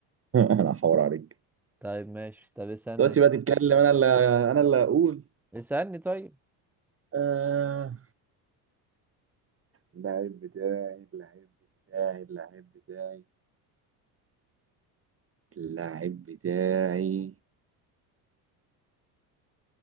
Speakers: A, on the right (about 30°); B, in the centre.
A: <laughs> انا هحور عليك
B: طيب ماشي طب اسألني
A: دلوقتي بقى تتكلم انا اللي انا اللي اقول
B: اسألني طيب
A: آه... اللعيب بتاعي اللعيب بتاعي اللعيب بتاعي اللعيب بتاعي